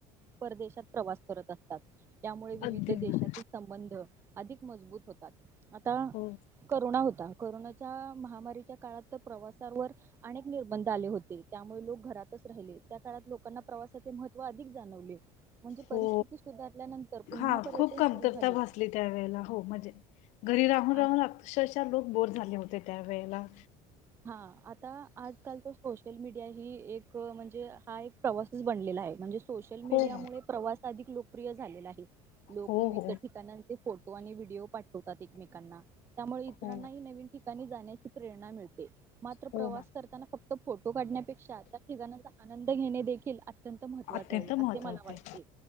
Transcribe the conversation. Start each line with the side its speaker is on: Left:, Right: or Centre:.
Right: पर परदेशात प्रवास करत असतात. त्यामुळे विविध
Left: अगदी मॅम
Right: देशातील संबंध. अधिक मजबूत होतात. आता
Left: हो.
Right: करुणा होत. कोरोनाच्या महामारीच्या काळात तर प्रवासावर अनेक निर्बंध आले होते त्यामुळे लोक घरातच राहिले त्या काळात लोकांना प्रवासाचे महत्त्व अधिक जाणवले म्हणजे
Left: हो
Right: परिस्थिती सुधारल्यानंतर. पुन्हा
Left: हा
Right: पर्यटन
Left: खूप कमतरता
Right: सुरू झाले
Left: भासली, त्या वेळेला हो म्हणजे घरी राहून,
Right: आणि
Left: राहून, अक्षरशा लोक बोर झाले होते त्यावेळेला.
Right: हा आता आजकाल तोश. सोशल मीडिया, ही एक म्हणजे, हा एक प्रवासच बनलेला आहे म्हणजे सोशल
Left: हो
Right: मीडियामुळे
Left: मॅम
Right: प्रवास अधिक लोक प्रिय झालेला आहे. लोक
Left: हो
Right: विविध
Left: हो
Right: ठिकानांचे फोटो, आणि व्हिडिओ पाठवतात, एकमेकांना त्यामुळे इतरांनाही
Left: हो
Right: नवीन ठिकाणी जाण्याची प्रेरणा मिळत. ते! मात्र
Left: हो
Right: प्रवास
Left: मॅम
Right: करताना. फक्त फोटो काढण्यापेक्षा, त्या ठिकाण्याचा आनंद घेणे देखील अत्यंत महत्त्वाचे
Left: अत्यंत
Right: आहे असे
Left: महत्त्वाच
Right: मला वाटते.
Left: आहे